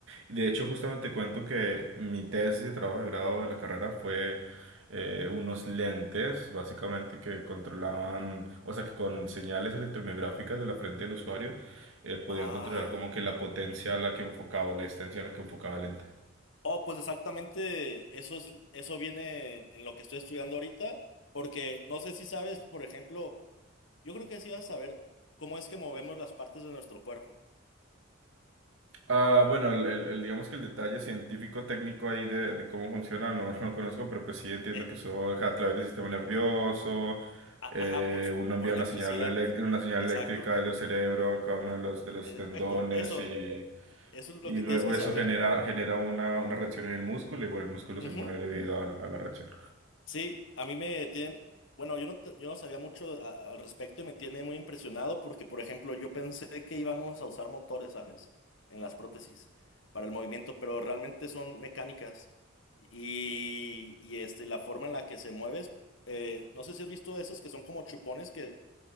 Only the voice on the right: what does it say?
De hecho, justamente cuento que mi tesis de trabajo de grado de la carrera fue eh, unos lentes, básicamente, que controlaban, o sea, que con señales electromiográficas de la frente del usuario eh, podían
controlar como que la potencia a la que enfocaba, la distancia a la que enfocaba el lente.
Ah, bueno, el, el- el- digamos que el detalle científico técnico ahí de, de cómo funciona no, <laughs> no lo conozco, pero pues sí entiendo
que eso es a través del sistema nervioso,
eh,
uno envía
una señal, elec- una señal
eléctrica desde el cerebro a cada uno de los, de
los
tendones
y,
y
luego
eso genera, genera una, una reacción en el músculo y bueno, el músculo
se mueve debido a, a la reacción.